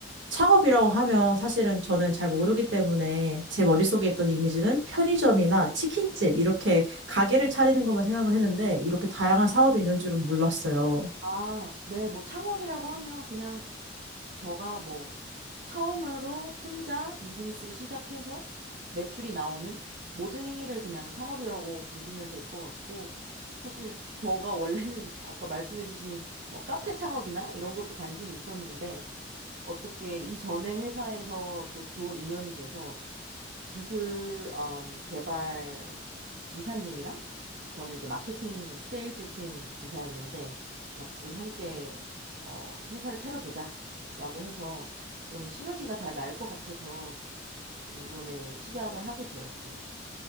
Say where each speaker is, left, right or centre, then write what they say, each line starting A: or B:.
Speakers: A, on the right (about 75°); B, on the right (about 50°).
A: 창업이라고 하면 사실은 저는 잘 모르기 때문에 제 머릿속에 있던 이미지는 편의점이나 치킨집 이렇게 가게를 차리는 것만 생각을 했는데 이렇게 다양한 사업이 있는 줄은 몰랐어요.
B: 아, 네, 뭐 창업이라고 하면 그냥 저가 뭐 처음으로 혼자 비즈니스를 시작해서 매출이 나오는 모든 행위를 그냥 창업이라고 보시면 될 것 같고 사실 저가 원래는 아까 말씀해주신 뭐 카페 창업이나 이런 것도 관심이 있었는데 어떻게 이전에 회사에서 또 좋은 인연이 돼서 기술 음, 개발 이사님이랑 저는 이제 마케팅 세일즈 팀 이사였는데 같이 함께 어, 회사를 차려보자라고 해서 좀 시너지가 잘 날 것 같아서 이번에 시작을 하게 되었어요.